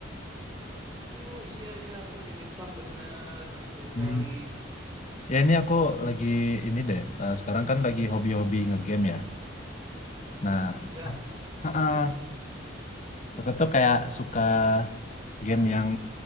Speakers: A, on the right; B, on the left.
A: Oh iya iya, aku lagi di Jepang bener, betul sekali.
B: Hmm. Ya ini aku lagi ini deh. eh, sekarang kan lagi hobi-hobi ngegame ya. Nah,
A: Oh iya,
B: heeh, aku tuh kayak suka game yang